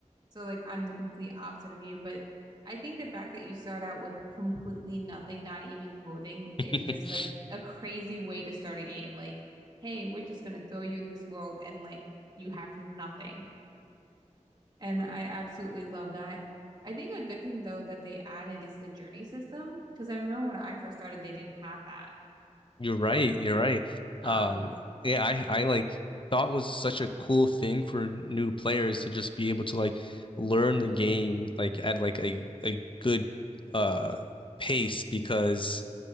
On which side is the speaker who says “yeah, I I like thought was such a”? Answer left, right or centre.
Left